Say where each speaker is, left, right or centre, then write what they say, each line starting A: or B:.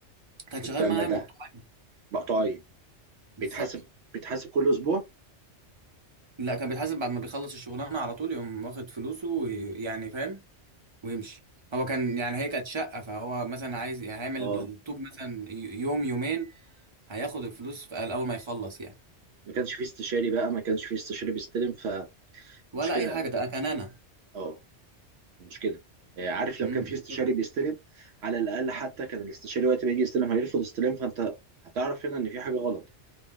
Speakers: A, on the right; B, on the right.
A: كان شغال
B: البنا
A: معايا
B: ده
A: مقطوعين
B: مقطعي
A: بالظبط
B: بيتحاسب بيتحاسب كل اسبوع
A: لا كان بيتحاسب بعد ما بيخلص الشغلانة على طول يقوم واخد فلوسه ويعني فاهم ويمشي هو كان يعني هي كانت شقة فهو مثلا عايز هيعمل
B: اه
A: الطوب مثلا ي- يوم يومين هياخد الفلوس في أول ما يخلص يعني
B: ما كانش فيه استشاري بقى ما كانش فيه استشاري بيستلم
A: ولا
B: فمشكله
A: أي حاجة ده كان أنا
B: اه مشكله آه، عارف لو
A: امم
B: كان فيه استشاري
A: كده.
B: بيستلم على الاقل حتى كان الاستشاري وقت ما يجي يستلم هيرفض استلام فانت هتعرف هنا ان في حاجه غلط